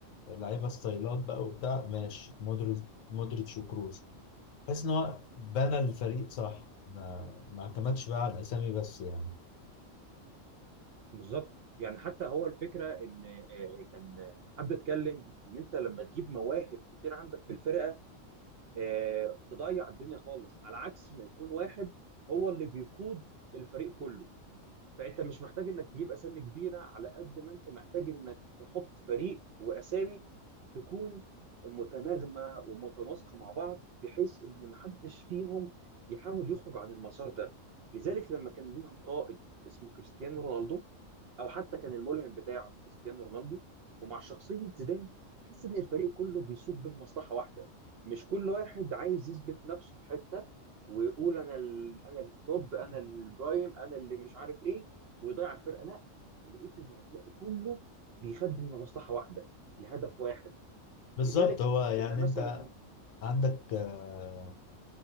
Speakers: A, on the left; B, on the right.
A: لعيبة ستايلات بقى وبتاع ماشي مودريتش مودريتش وكروز حس ان هو بنى الفريق صح ما ما اعتمدش بقى على الاسامي بس يعني
B: بالظبط يعني حتى هو الفكره ان آه، كان آه، حد اتكلم ان انت لما تجيب مواهب كتير عندك في الفرقه آه، تضيع الدنيا خالص على عكس ما يكون واحد هو اللي بيقود الفريق كله فانت مش محتاج انك تجيب اسامي كبيره على قد ما انت محتاج انك تحط فريق واسامي تكون متناغمه ومتناسقه مع بعض بحيث ان محدش فيهم يحاول يخرج عن المسار ده لذلك لما كان ليهم قائد اسمه كريستيانو رونالدو او حتى كان الملهم بتاعه كريستيانو رونالدو ومع شخصيه زيدان تحس ان الفريق كله بيصب بالمصلحه واحده مش كل واحد عايز يثبت نفسه في حته ويقول انا ال... انا التوب انا البرايم انا اللي مش عارف ايه ويضيع الفرقه لا لقيت ان هتلاقي كله بيخدم لمصلحه واحده لهدف واحد
A: بالظبط
B: لذلك
A: هو يعني
B: كنا مثلا
A: انت عندك آه،